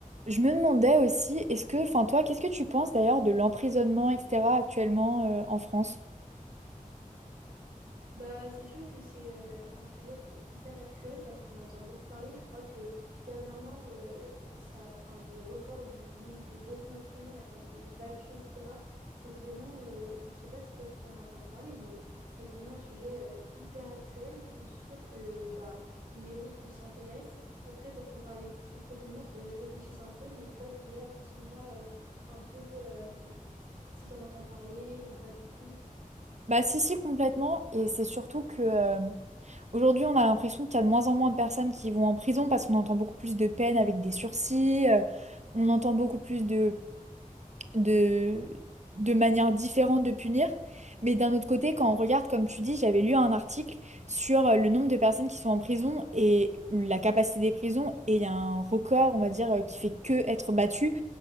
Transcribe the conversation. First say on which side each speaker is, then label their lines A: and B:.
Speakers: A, on the right; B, on the right.
A: Je me demandais aussi, est-ce que, enfin toi, qu'est-ce que tu penses d'ailleurs de l'emprisonnement, etc., actuellement euh, en France?
B: Bah, c'est sûr que c'est euh, un sujet qui est hyper actuel parce qu'on en entend beaucoup parler. Je crois que dernièrement, euh, ça, enfin, le record du nombre de détenus en prison a été battu, etc. C'est vraiment, euh, enfin, je sais pas si toi aussi t'en as entendu parler, mais c'est vraiment un sujet euh, hyper actuel. C'est sûr que bah, il mérite qu'on s'y intéresse. Après, pour t'en parler plus profondément, il faudrait que je réfléchisse un peu. Mais toi, déjà, dis-moi euh, un peu euh, si t'en entends parler ou pas du tout.
A: Bah si, si, complètement. Et c'est surtout que euh, aujourd'hui, on a l'impression qu'il y a de moins en moins de personnes qui vont en prison parce qu'on entend beaucoup plus de peines avec des sursis, euh, on entend beaucoup plus de, de, de manières différentes de punir. Mais d'un autre côté, quand on regarde, comme tu dis, j'avais lu un article sur euh, le nombre de personnes qui sont en prison et la capacité des prisons, et il y a un record, on va dire, euh, qui fait que être battu.